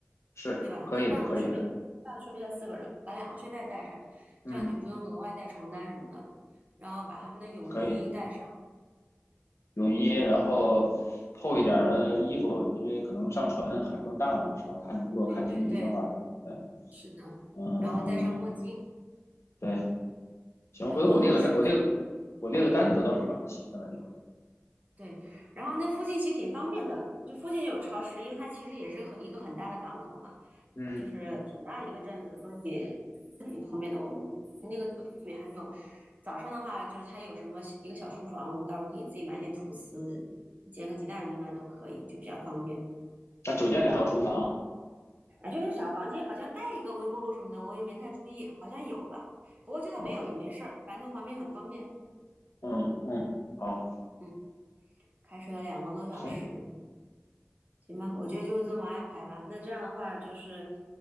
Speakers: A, on the left; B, on the right.
A: 是可以的，
B: 对吧？那个大的睡不下，
A: 可以的，
B: 大的睡不下四个人，把两个睡袋带上，
A: 嗯，
B: 这样就不用额外带床单什么的。然后把他们的泳衣带上，
A: 可以泳衣，然后厚一点儿的衣服，
B: 嗯，
A: 因为可能上船海更大嘛，是吧？看如果看鲸鱼的话，
B: 对对对，
A: 对，
B: 是的。
A: 嗯，
B: 然后戴上墨镜，
A: 对，行，
B: 然后吃
A: 回头我列个单，我列个我列个单子，到时候把它写下来一会儿。
B: 对，然后那附近其实挺方便的，就附近就有超市，因为它其实也是很一个很大的港口嘛，
A: 嗯。
B: 就是挺大的一个镇子，所以是挺方便的。我们那个酒店里面还有，早上的话就是它有什么一个小厨房，我们到时候可以自己买点吐司，煎个鸡蛋应该都可以，就比较方便。
A: 那酒店里还有厨房，
B: 啊，就那小房间好像带一个微波炉什么的，我也没太注意，好像有吧。不过就算没有也没事儿，
A: 嗯
B: 反正它旁边很方便。
A: 嗯嗯，好，
B: 嗯，开车两个多小时。
A: 行，
B: 行吧，我觉得就这么安排吧。那这样的话，就是